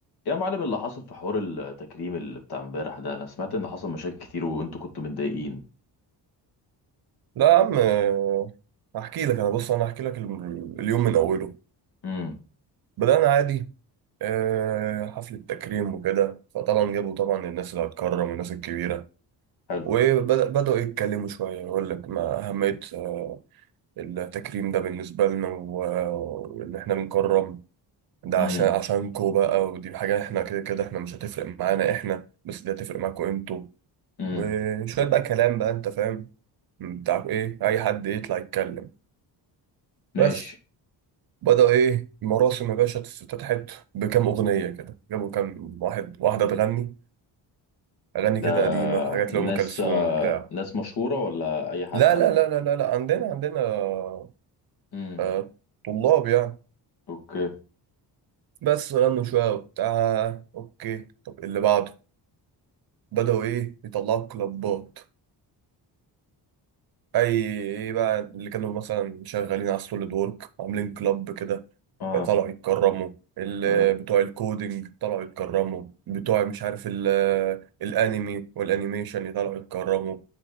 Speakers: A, on the left; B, on the right.
A: يا معلم اللي حصل في حوار التكريم اللي بتاع امبارح ده انا سمعت ان حصل مشاكل كتير وانتوا كنتوا متضايقين
B: لا يا عم آه، هحكي لك انا بص انا هحكي لك ال- اليوم من اوله
A: امم
B: بدأنا عادي آه، حفلة تكريم وكده فطبعا جابوا طبعا الناس اللي هتكرم الناس الكبيرة
A: حلو
B: وبدأوا يتكلموا شوية يقول لك ما أهمية آه، التكريم ده بالنسبة لنا و- وإن إحنا بنكرم ده
A: امم
B: عشان عشانكوا بقى ودي حاجة إحنا كده كده إحنا مش هتفرق معانا إحنا بس دي هتفرق معاكوا إنتوا
A: امم
B: وشوية بقى كلام بقى أنت فاهم بتاع إيه أي حد يطلع يتكلم
A: ماشي
B: بس بدأ إيه المراسم يا باشا افتتحت بكام أغنية كده جابوا كام واحد واحدة تغني أغاني كده
A: ده
B: قديمة حاجات
A: ناس
B: لأم كلثوم
A: آه،
B: وبتاع
A: ناس مشهورة ولا اي حد
B: لا
A: عادي
B: لا لا لا لا, لا. عندنا عندنا آه
A: امم
B: آه، طلاب يعني
A: اوكي
B: بس غنوا شوية وبتاع أوكي طب اللي بعده بدأوا إيه يطلعوا كلابات أي إيه بقى اللي كانوا مثلا شغالين على السوليد وورك عاملين كلاب كده
A: اه
B: طلعوا يتكرموا ال-
A: اه
B: بتوع الكودينج طلعوا يتكرموا بتوع مش عارف ال- الانمي والانيميشن طلعوا يتكرموا